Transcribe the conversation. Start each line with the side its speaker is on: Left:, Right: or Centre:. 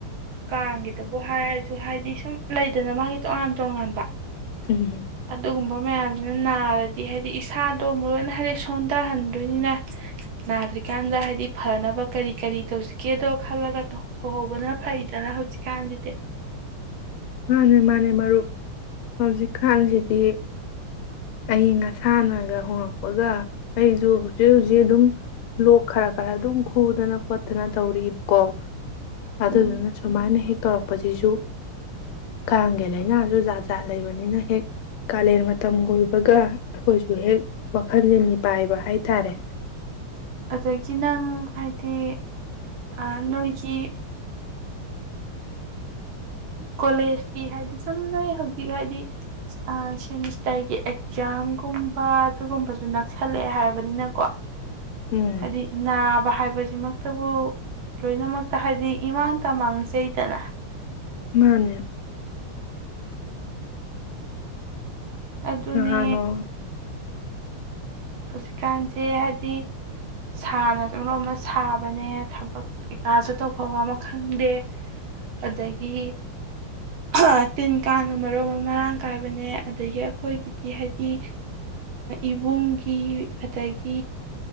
Right: ꯀꯥꯡꯒꯤꯗꯕꯨ ꯍꯥꯏꯔꯁꯨ ꯍꯥꯏꯗꯤ ꯁꯨꯝ ꯂꯩꯗꯅ ꯃꯥꯒꯤ ꯇꯣꯉꯥꯟ ꯇꯣꯉꯥꯟꯕ
Left: ꯎꯝ
Right: ꯑꯗꯨꯒꯨꯝꯕ ꯃꯌꯥꯝ ꯑꯗꯨ ꯅꯥꯔꯗꯤ ꯍꯥꯏꯗꯤ ꯏꯁꯥꯗꯣꯨꯛ ꯂꯣꯏ ꯍꯥꯏꯗꯤꯦꯛ ꯁꯣꯟꯊꯍꯟꯗꯣꯏꯅꯤꯅ ꯅꯥꯗ꯭ꯔꯤꯀꯥꯟꯗ ꯍꯥꯏꯗꯤ ꯐꯅꯕ ꯀꯔꯤ ꯀꯔꯤ ꯇꯧꯁꯤꯒꯦꯗꯣ ꯈꯜꯂꯒ ꯁꯧꯍꯧꯕꯅ ꯐꯩꯗꯅ ꯍꯧꯖꯤꯛꯀꯥꯟꯁꯤꯗꯤ
Left: ꯃꯥꯅꯦ ꯃꯥꯅꯦ ꯃꯔꯨꯞ ꯍꯧꯖꯤꯛꯀꯥꯟꯁꯤꯗꯤ ꯑꯏꯪ ꯑꯁꯥꯅꯒ ꯍꯣꯡꯉꯛꯄꯒ ꯑꯩꯁꯨ ꯍꯧꯖꯤꯛ ꯍꯧꯖꯤꯛ ꯑꯗꯨꯝ ꯂꯣꯛ ꯈꯔ ꯈꯔ ꯑꯗꯨꯝ ꯈꯨꯗꯅ ꯈꯣꯠꯇꯅ ꯇꯧꯔꯛꯕꯀꯣ ꯑꯗꯨꯗꯨꯅ
Right: ꯎꯝ
Left: ꯁꯨꯃꯥꯏꯅ ꯍꯦꯛ ꯇꯧꯔꯛꯄ ꯑꯁꯤꯁꯨ ꯀꯥꯡꯒꯤ ꯂꯥꯏꯅꯥꯁꯨ ꯖꯥꯠ ꯖꯥꯠ ꯂꯩꯕꯅꯤꯅ ꯍꯦꯛ ꯀꯥꯂꯦꯟ ꯃꯇꯝ ꯀꯣꯏꯕꯒ ꯑꯩꯈꯣꯏꯁꯨ ꯍꯦꯛ ꯋꯥꯈꯜꯁꯦ ꯃꯤꯄꯥꯏꯕ ꯍꯥꯏ ꯇꯔꯦ
Right: ꯑꯗꯒꯤ ꯅꯪ ꯍꯥꯏ ꯇ ꯑ ꯅꯣꯏꯒꯤ ꯀꯣꯂꯦꯖꯀꯤ ꯍꯥꯏꯗꯤ ꯁꯨꯝ ꯅꯣꯏ ꯍꯧꯖꯤꯛ ꯍꯥꯏꯗꯤ ꯁꯦꯃꯤꯁꯇꯔꯒꯤ ꯑꯦꯛꯖꯥꯝꯒꯨꯝꯕ ꯑꯗꯨꯒꯨꯝꯕꯁꯨ ꯅꯛꯁꯜꯂꯛꯑꯦ ꯍꯥꯏꯕꯅꯤꯅꯀꯣ
Left: ꯎꯝ
Right: ꯍꯥꯏꯗꯤ ꯅꯥꯕ ꯍꯥꯏꯕ ꯁꯤꯃꯛꯇꯕꯨ ꯂꯣꯏꯅꯃꯛꯇ ꯍꯥꯏꯕꯗꯤ ꯏꯃꯥꯡ ꯇ ꯃꯥꯡꯖꯩꯗꯅ
Left: ꯃꯥꯅꯦ
Right: ꯑꯗꯨꯅꯦ
Left: ꯅꯍꯥꯟꯅꯣ
Right: ꯍꯧꯖꯤꯛꯀꯥꯟꯁꯦ ꯍꯥꯏꯗꯤ ꯁꯥꯅ ꯂꯣ ꯑꯃ ꯁꯥꯕꯅꯦ ꯊꯕꯛ ꯀꯩꯀꯥꯁꯨ ꯇꯧꯐꯝ ꯑꯃ ꯈꯪꯗꯦ ꯑꯗꯒꯤ ꯗꯒꯤ ꯇꯤꯟ ꯀꯥꯡꯅ ꯃꯔꯨꯞ ꯑꯃ ꯃꯔꯥꯡ ꯀꯥꯏꯕꯅꯦ ꯑꯗꯒꯤ ꯑꯩꯈꯣꯏꯒꯤꯗꯤ ꯍꯥꯏꯗꯤ ꯏꯕꯨꯡꯒꯤ ꯑꯗꯒꯤ